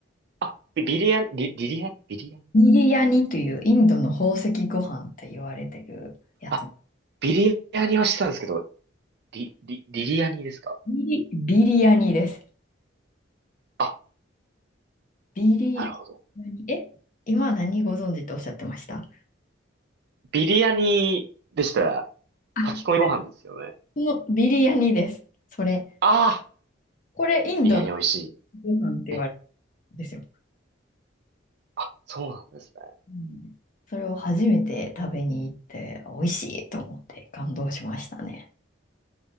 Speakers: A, on the right; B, on the left.
A: あ、ビビリヤニ、リ、リリヤニ、ビリヤニ。
B: ビリヤニというインドの宝石ご飯って言われてるやつ。
A: あ、ビリヤニはしてたんですけど、リ、リ、リリヤニですか
B: ビリ、ビリヤニです。
A: あ、
B: ビリヤニ、
A: なるほど。
B: え、今何ご存知とおっしゃってました
A: ビリヤニでしたら、
B: あこれ
A: 炊き込みご飯ですよね。
B: そのビリヤニです。それ。
A: ああ、
B: これ、インドの
A: ビリヤニ美味しい。
B: ご飯って言われる
A: え、
B: んですよ。
A: あ、そうなんですね。
B: うんそれを初めて食べに行って、美味しいと思って感動しましたね。